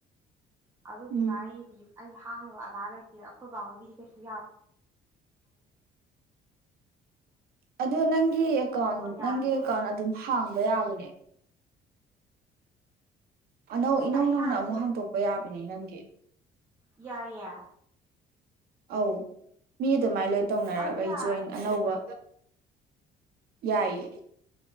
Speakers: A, on the right; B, on the right.
A: ꯑꯗꯨꯗꯨꯅ
B: ꯎꯝ
A: ꯑꯩ ꯍꯧꯖꯤꯛ ꯑꯩ ꯍꯥꯞꯅꯕ ꯑꯙꯥꯔ ꯂꯩꯇꯦ ꯑꯩꯈꯣꯏ ꯕꯥꯍꯣꯏꯒꯤꯗꯤ ꯀꯩꯁꯨ ꯌꯥ
B: ꯑ ꯅꯪꯒꯤ ꯑꯦꯀꯥꯎꯟ
A: ꯌꯥꯗꯦꯕ
B: ꯅꯪꯒꯤ ꯑꯦꯀꯥꯎꯟ ꯑꯗꯨꯝ ꯍꯥꯡꯕ ꯌꯥꯕꯅꯦ ꯑꯅꯧ ꯏꯅꯧ
A: ꯑꯩꯒꯤ
B: ꯅꯧꯅ
A: ꯍꯥꯟꯅ
B: ꯑꯃꯨꯛ ꯍꯥꯡꯇꯣꯛꯄ ꯌꯥꯕꯅꯤ ꯅꯪꯒꯤ
A: ꯌꯥꯏ ꯌꯥ
B: ꯑꯧ ꯃꯤ ꯑꯗꯨꯃꯥꯏ ꯂꯣꯏ ꯇꯧꯅꯔꯒ
A: ꯑꯗꯨ
B: ꯑꯩ
A: ꯌꯥꯔ
B: ꯖꯣꯏꯟ ꯑꯅꯧꯕ ꯌꯥꯏꯌꯦ